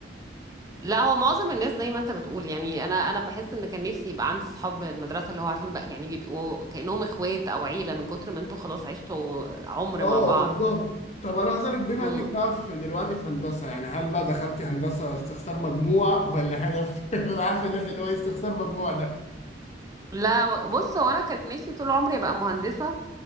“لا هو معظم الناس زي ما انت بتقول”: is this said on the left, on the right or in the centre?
Right